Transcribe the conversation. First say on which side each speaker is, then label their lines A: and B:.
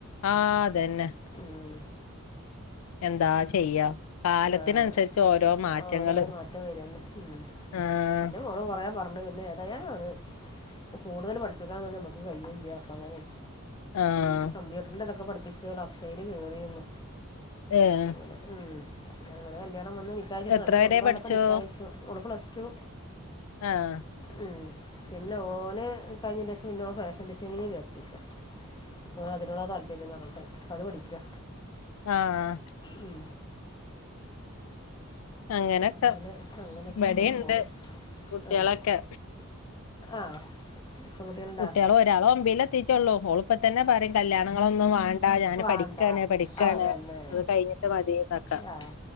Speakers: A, on the left; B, on the left.
A: ആഹ് അതന്നെ
B: ഉം
A: എന്താ ചെയ്യാ കാലത്തിനനുസരിച്ച്
B: ആ അതെ
A: ഓരോ മാറ്റങ്ങള്
B: ഓരോരോ മാറ്റം വരു വന്നെ ഉ
A: ആഹ്
B: എന്റെ മോള് കൊറേ പറ പിന്നെ ഏതായാലാണ് അവള്കൂടുതൽ പഠിപ്പിക്കാൻ നമുക്ക് കഴിയുല്ലപ്പ അങ്ങനെ
A: ആഹ്
B: കമ്പ്യൂട്ടറിൻ്റെ അതൊക്കെ പഠിപ്പിച്ച് വല്ല അക്ഷയിൽ കയറിരുന്നു
A: ഏഹ്
B: അങ്ങനെ ഉ അങ്ങനെ കല്യാണം വന്ന് നിക്കാഹ്
A: എത്ര
B: നല്ല കുടുംബം
A: വരെ പഠിച്ചു
B: ആണ് കണ്ടപ്പോൾ നിക്കാഹ് കഴിച്ചു ഓള് പ്ലസ്ടു
A: ആഹ്
B: ഉം പിന്നെ ഓന് കഴിഞ്ഞ <unintelligible> പിന്നെ ഫാഷൻ ഡിസൈനിങ് ചേർത്തു
A: <inaudible>
B: ഇപ്പൊ അതിനുള്ള താല്പര്യമെന്ന് പറഞ്ഞിട്ട് അത് പഠിക്കുക
A: ആഹ്
B: ഉം
A: അങ്ങനൊക്കെ
B: അങ്ങനെ അങ്ങനെയൊക്കെ
A: ഇവിടെയുണ്ട്
B: അങ്ങനെ പോണ്
A: കുട്ടികളൊക്കെ
B: ആഹ് ആഹ് പെൺകുട്ടികളുണ്ടാ
A: കുട്ട്യാള് ഒരാള് ഒമ്പെയിൽ എത്തിട്ടൊള്ളു ഓള് ഇപ്പൊ തന്നെ പറയും കല്യാണങ്ങളൊന്നും വാണ്ട ഞാൻ
B: വാണ്ട
A: പഠിക്കാണ് പഠിക്കാണ്
B: അതന്നെ
A: അത് കഴിഞ്ഞിട്ട് മതിന്നൊക്കെ
B: ആഹ്